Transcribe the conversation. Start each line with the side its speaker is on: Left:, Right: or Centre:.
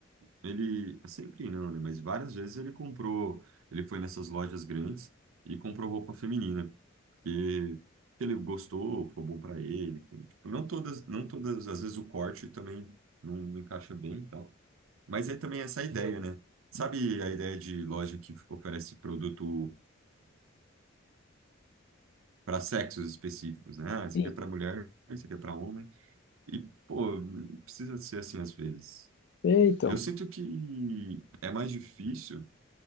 Right: ele, sempre não, né? Mas várias vezes ele comprou, ele foi nessas lojas grandes e comprou roupa feminina, porque, porque ele gostou, ficou bom para ele. Tipo, não todas, não todas, às vezes o corte também não encaixa bem e tal. Mas é também essa ideia, né? Sabe a ideia de loja que oferece produto para sexos específicos, né? Ah, isso
Left: Sim.
Right: aqui é para mulher, isso aqui é para homem. E, pô, precisa ser assim às vezes.
Left: É, então,
Right: Eu sinto que é mais difícil